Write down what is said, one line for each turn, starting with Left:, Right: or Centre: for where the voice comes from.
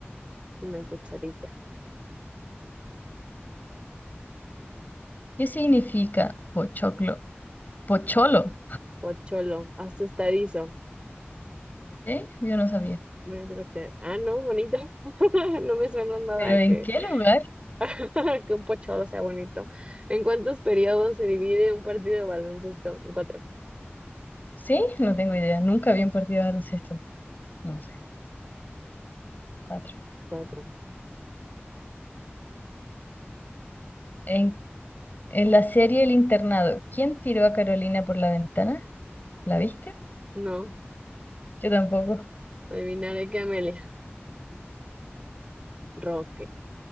Right: una cucharilla.
Left: ¿Qué significa pochoclo? Pocholo,
Right: Pocholo, asustadizo.
Left: ¿sí? Yo no sabía.
Right: Me entra que- Ah, no, bonito. <laughs> No me suena nada
Left: ¿Pero en
Right: que,
Left: qué lugar?
Right: <laughs> que un pocholo sea bonito. ¿En cuántos periodos se divide un partido de baloncesto? En cuatro.
Left: Sí, no tengo idea. Nunca vi un partido de baloncesto. No sé. Cuatro.
Right: Cuatro.
Left: En, en la serie El Internado, ¿quién tiró a Carolina por la ventana? ¿La viste?
Right: No,
Left: Yo tampoco.
Right: adivinaré que Amelia. Roque.